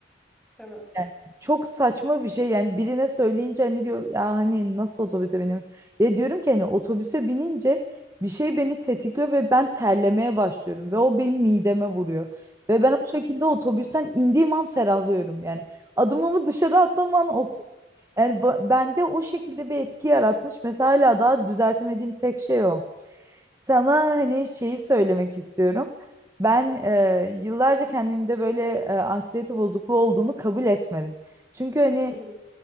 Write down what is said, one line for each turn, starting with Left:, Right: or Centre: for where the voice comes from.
Centre: Değil
Right: Yani Çok saçma bir şey yani birine söyleyince hani diyor ya hani nasıl otobüse benim ya diyorum ki hani otobüse binince bir şey beni tetikliyor ve ben terlemeye başlıyorum ve o benim mideme vuruyor ve
Centre: Evet.
Right: ben o şekilde otobüsten indiğim an ferahlıyorum yani adımımı dışarı attığım an o yani ba- bende o şekilde bir etki yaratmış mesela hala daha düzeltemediğim tek şey o. Sana hani şeyi söylemek istiyorum. Ben e, yıllarca kendimde böyle e, anksiyete bozukluğu olduğunu kabul etmedim. Çünkü hani
Centre: Hı hı.